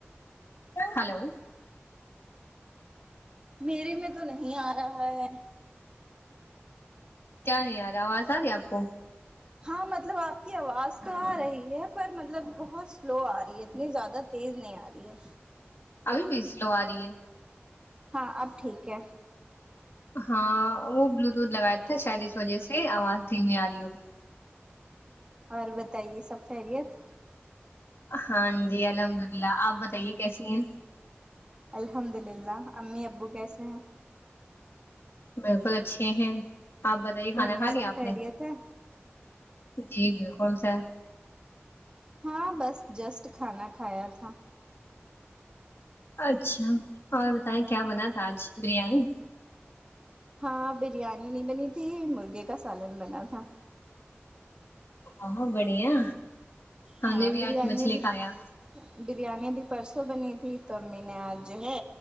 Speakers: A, on the left; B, on the right.
A: ہلو
B: میرے میں تو نہیں آ رہا ہے
A: کیا نہیں ارا آواز آ رہی ہے آپ کو
B: ہاں مطلب آپ کی آواز تو آ رہی ہے پر مطلب بہت سلو آ رہی ہے اتنی زیادہ تیز نہیں آ رہی ہے
A: ابھی بھی سلو آ رہی ہے
B: ہاں اب ٹھیک ہے
A: ہاں وہ بلوٹوتھ لگایا تھا شاید اس وجہ سے آواز دھیمی آ رہی ہوگی
B: اور بتائیے سب خیریت
A: ہاں جی الحمد اللہ آپ بتائیے کیسی ہیں
B: الحمد للہ امی ابو کیسے ہیں
A: بالکل اچھے ہیں آپ بتائیے کھانا
B: گھر میں
A: کھا لیا
B: سب
A: آپ
B: خیریت
A: نے
B: ہے
A: جی بالکل سر
B: ہاں بس جسٹ کھانا کھایا تھا
A: اچھا اور بتائیں کیا بنا تھا آج بریانی
B: ہاں بریانی نہیں بنی تھی مرغے کا سالن بنا تھا
A: اہو بڑھیا ہم
B: ہاں
A: نے بھی
B: بریانی
A: آج مچھلی
B: بھی
A: کھایا
B: بریانی ابھی پرسوں بنی تھی تو امی نے آج جو ہے